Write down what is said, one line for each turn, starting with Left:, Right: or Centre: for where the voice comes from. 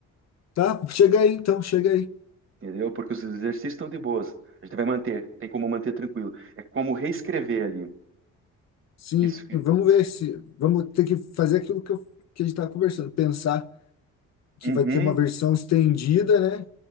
Left: Tá? Chega aí então, chega aí.
Right: entendeu? Porque os exercícios estão de boas. A gente vai manter, tem como manter tranquilo. É como reescrever ali.
Left: Sim,
Right: Isso. que-
Left: vamos ver se. Vamos ter que fazer aquilo que, eu- que a gente estava conversando. Pensar que
Right: Uhum,
Left: vai ter uma versão estendida, né?